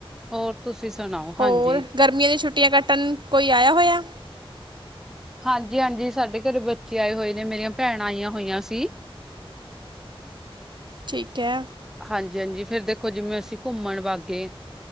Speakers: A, in the centre; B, on the right (about 55°).
A: ਹੋਰ ਤੁਸੀਂ ਸੁਣਾਓ?
B: ਹੋਰ
A: ਹਾਂਜੀ।
B: ਗਰਮੀਆਂ ਦੀ ਛੁੱਟੀਆਂ ਕੱਟਨ, ਕੋਈ ਆਇਆ ਹੋਇਆ।
A: ਹਾਂਜੀ- ਹਾਂਜੀ ਸਾਡੇ ਘਰੇ ਬੱਚੇ ਆਏ ਹੋਏ ਨੇ, ਮੇਰੀਆਂ ਭੈਣਾਂ ਆਈਆਂ ਹੋਈਆਂ ਸੀ।
B: ਠੀਕ ਹੈ।
A: ਹਾਂਜੀ-ਹਾਂਜੀ ਫੇਰ ਦੇਖੋ ਜਿਵੇਂ-ਅਸੀਂ ਘੁੰਮਣ ਬਾਹ ਗੇ।